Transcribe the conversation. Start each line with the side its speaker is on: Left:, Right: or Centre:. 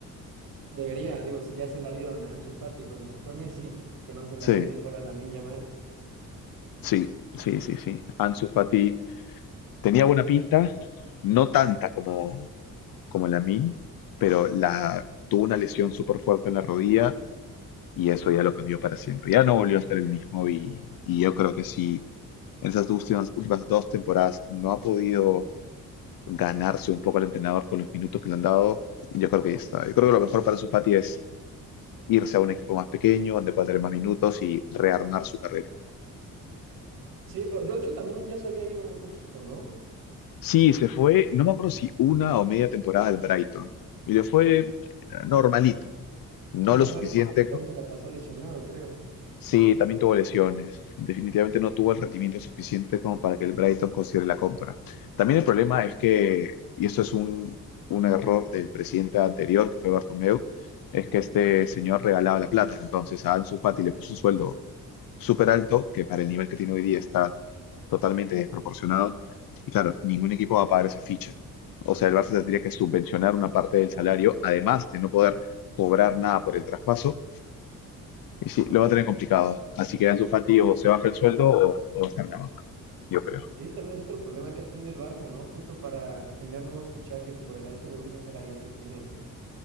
Right: Debería, digo, si ya se la dieron a Ansu Fati cuando se fue Messi, que no se la
Left: Sí,
Right: den mejor a Lamine Yamal.
Left: sí, sí, sí, sí. Ansu Fati tenía buena pinta, no tanta como, como Lamine, pero la, tuvo una lesión súper fuerte en la rodilla y eso ya lo cambió para siempre. Ya no volvió a ser el mismo y, y yo creo que si en esas últimas, últimas dos temporadas no ha podido ganarse un poco al entrenador con los minutos que le han dado, yo creo que ya está. Yo creo que lo mejor para Fati es irse a un equipo más pequeño, donde pueda tener más minutos y rearmar su carrera.
Right: Sí, pero de hecho también ya se había ido a otro equipo, ¿no?
Left: Sí, se fue, no me acuerdo si una o media temporada al Brighton. Y le fue eh, normalito, no
Right: Normalito,
Left: lo suficiente
Right: porque también se la pasó lesionado, creo.
Left: Sí, también tuvo lesiones. Definitivamente no tuvo el rendimiento suficiente como para que el Brighton considere la compra. También el problema es que, y esto es un, un error del presidente anterior, que fue Bartomeu, es que este señor regalaba la plata. Entonces a Ansu Fati le puso un sueldo súper alto, que para el nivel que tiene hoy día está totalmente desproporcionado. Y claro, ningún equipo va a pagar esa ficha. O sea, el Barça tendría que subvencionar una parte del salario, además de no poder cobrar nada por el traspaso y sí, lo va a tener complicado. Así que Ansu Fati o se baja el sueldo o, o va a estar en la banca, yo creo.
Right: Y ese también es otro problema que ha tenido el Barça, ¿no? Justo para tener nuevos fichajes por el alto volumen salarial que tienen.